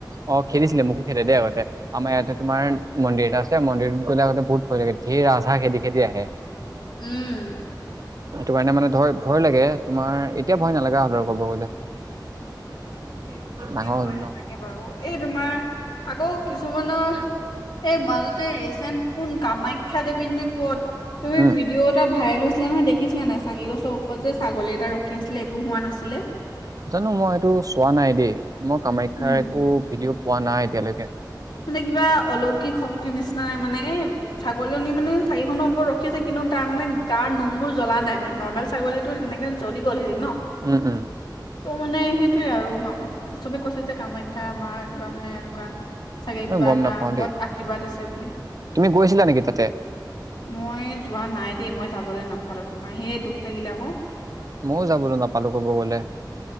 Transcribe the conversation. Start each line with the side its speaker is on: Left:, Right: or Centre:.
Right: অ' খেদিছিলে মোকো খেদে দেই আগতে। আমাৰ ইয়াতে তোমাৰ মন্দিৰ এটা আছে মন্দিৰত গ'লে আগতে বহুত ভয় লাগে ধেৰ ৰাজ হাঁহ খেদি খেদি আহে। <inaudible>
Left: উম,
Right: সেইটো কাৰণে মানে ধৰ ভয় লাগে তোমাৰ এতিয়া ভয় নালাগা হ'লে আৰু ক'ব গ'লে। <inaudible>
Left: সেই এতিয়া
Right: ডাঙৰ
Left: ভয়
Right: হ'ল
Left: নালাগে
Right: ন
Left: বাৰু এই তোমাৰ আকৌ কিছুমানৰ এই মাজতে ৰিচেণ্ট কোন কামাখ্যা নে ক'ত তুমি
Right: উম
Left: ভিডিঅ' এটা ভাইৰেল হৈছিলে নহয় দেখিছিলা নাই চাকি - গছৰ ওপৰত যে ছাগলী এটা ৰখি আছিলে একো হোৱা নাছিলে।
Right: জানো মই সেইটো চোৱা নাই দেই মই কামাখ্যাৰ
Left: উম
Right: একো ভিডিঅ' পোৱা নাই এতিয়ালৈকে।
Left: মানে কিবা অলৌকিক শক্তিৰ নিচিনা মানে ছাগলীজনী মানে চাকি খনৰ ওপৰত আছে কিন্তু তাৰ মানে গাৰ নোমবোৰ জ্বলা নাই মানে নৰ্মেল ছাগলীতো তেনেকে জ্বলি গ'ল হৈ ন।
Right: উম, উম,
Left: ত মানে সেইটোৱে আৰু চ'বে কৈছে যে কামাখ্যা আমাৰ কিবা মানে এনেকুৱা চাগে কিবা
Right: গম
Left: এটা
Right: নাপাও
Left: ওপৰত
Right: দেই
Left: আশীৰ্বাদ আছে বুলি।
Right: তুমি গৈছিলা নেকি তাতে?
Left: মই যোৱা নাই দেই মই যাবলৈ নাপালোঁ তোমাৰ সেই দুখ লাগিলে আকৌ।
Right: ময়ো যাবলৈ নাপালো ক'ব গ'লে।